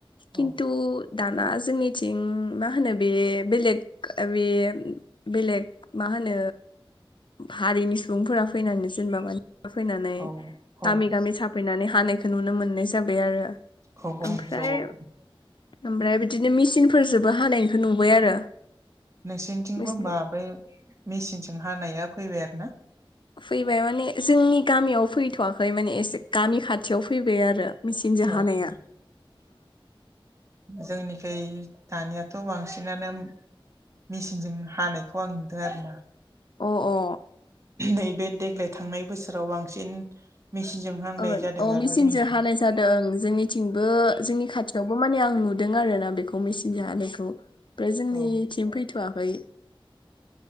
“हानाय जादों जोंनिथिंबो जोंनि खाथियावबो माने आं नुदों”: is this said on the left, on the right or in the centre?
Left